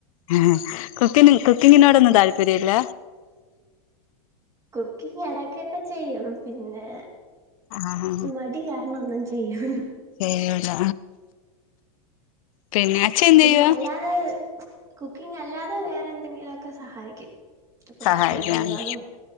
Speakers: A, on the left (about 65°); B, on the right (about 15°).
A: ആ കുക്കിങ്ങി കുക്കിങ്ങിനോടൊന്നും താല്പര്യ ഇല്ല
B: കുക്കിങ് എടക്കൊക്കെ ചെയ്യും പിന്നെ
A: ആഹ്
B: മടി കാരണം ഒന്നും ചെയ്യൂല
A: ഏയ്യൂല പിന്നെ അച്ഛൻ എന്ത്
B: പിന്നെ
A: ചെയ്യുവാ
B: അല്ലാതെ കുക്കിംഗല്ലാതെ വേറെന്തെങ്കിലുക്കെ സഹായ്ക്കും ഇപ്പൊ
A: സഹായിക്കാണ്
B: പാത്രം കഴുകണതും